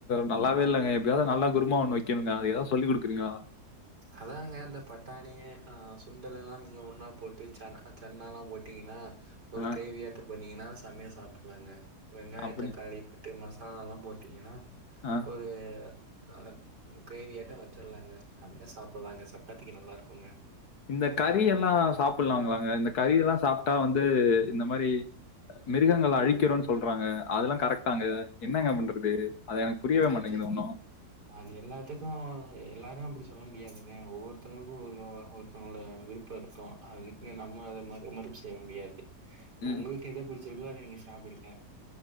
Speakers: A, on the left (about 70°); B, on the right (about 80°).
A: நல்லாவே இல்லங்க எப்டியாவது நல்லா குருமா ஒண்ணு வெக்கணும்ங்க அது ஏதாது சொல்லி் குடுக்குறீங்களா
B: அதாங்க இந்த பட்டாணி ஆ சுண்டல் எல்லா நீங்க ஒண்ணா போட்டு ச சென்னா எல்லா போ டீன்னா ஒரு
A: ஆ
B: கிரேவியாட்ட பண்ணீங்கன்னா செமைய சாப்பிடலாங்க வெங்காய
A: அப்படி
B: தக்காளி போட்டு மசாலா எல்லா போட்டீங்கன்னா
A: அ
B: ஒரு அதக் கிரேவியாட்ட வச்சிடலாங்க செமையா சாப்பிடலாங்க சப்பாத்திக்கு நல்லா இருக்குங்க
A: இந்த கறி எல்லா சாப்பிடலாங்களாங்க இந்த கறி எல்லா சாப்ட்டா வந்து இந்த மாரி மிருகங்கள அழிக்கிறோன்னு சொல்றாங்க அதெல்லா கரெக்டாங்க என்னங்க பண்றது அத எனக்கு புரியவே
B: அது
A: மாட்டேங்குது ஒண்ணு
B: அது எல்லாத்துக்கு எல்லாரு அப்டி சொல்ல முடியாதுங்க ஒவ்வொருத்தவங்களுக்கு ஒரு த்தவங்களோட விருப்ப இருக்கு அதுக்குன்னே நம்ம அத ம மறுப்பு செய்ய முடியாது
A: ம்
B: உங்களுக் கு எது புடிச்சிருக்கோ அத நீங்க சாப்புடுங்க